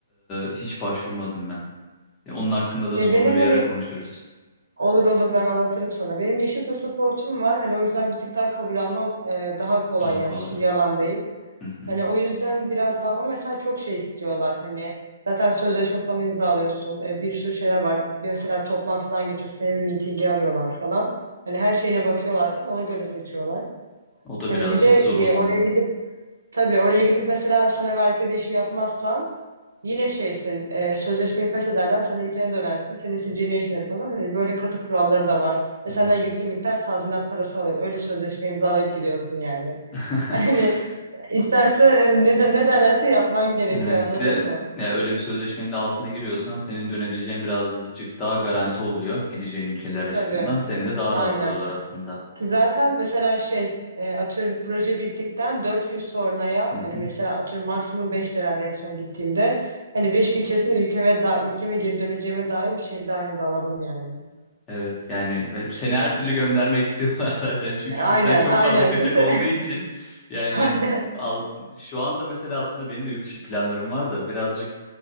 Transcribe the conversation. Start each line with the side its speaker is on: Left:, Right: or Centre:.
Left: e, hiç başvurmadım ben. E, onun hakkında da
Right: E
Left: sonra
Right: benim
Left: bir
Right: hani
Left: ara konuşuruz.
Right: olur olur ben anlatırım sana. Benim yeşil pasaportum var. Hani o yüzden bir tık daha kabul almam e, daha kolay
Left: Daha
Right: yani.
Left: kolay.
Right: Şimdi yalan değil.
Left: Hı hı.
Right: Hani o yüzden biraz daha ama mesela çok şey istiyorlar. Hani zaten sözleşme falan imzalıyorsun. E, bir sürü şeyler var. Bir Mesela toplantıdan geçiyorsun. Seni bir mitinge alıyorlar falan. Hani her şeyine bakıyorlar senin. Ona göre seçiyorlar.
Left: O da
Right: Hani
Left: birazcık
Right: bir de
Left: zor o zaman.
Right: e, oraya gidip Tabii oraya gidip mesela sana verdikleri işi yapmazsan yine şeysin, e, sözleşmeyi pes ederler, sen ülkene dönersin, senin siciline işlenir falan. Hani böyle katı kuralları da var.
Left: Hmm.
Right: Ve senden yüklü miktar tazminat parası alıyor. Öyle sözleşme imzalayıp gidiyorsun yani. <laughs>
Left: <laughs>
Right: Hani isterse e, ne, de, ne derlerse yapman gerekiyor
Left: Evet,
Right: anladın
Left: bir de
Right: mı?
Left: ya öyle bir sözleşmenin de altına giriyorsan senin dönebileceğin birazcık daha garanti oluyor gideceğin ülkeler açısından.
Right: Tabii,
Left: Seni de daha
Right: aynen.
Left: rahat alıyorlar aslında.
Right: Ki zaten mesela şey e, atıyorum proje bittikten 4 gün sonraya
Left: <laughs>
Right: hani mesela atıyorum maksimum 5 herhalde en son gittiğimde hani 5 gün içerisinde ülkeme, da, ülkeme geri döneceğime dair bir şey daha imzaladım yani.
Left: Evet yani ben- seni her türlü göndermek istiyorlar <laughs> zaten. Çünkü
Right: Aynen
Left: bizden çok
Right: aynen
Left: fazla kaçak
Right: kimse
Left: olduğu
Right: <laughs>
Left: için yani
Right: aynen.
Left: al, şu anda mesela aslında benim de yurt dışı planlarım var da birazcık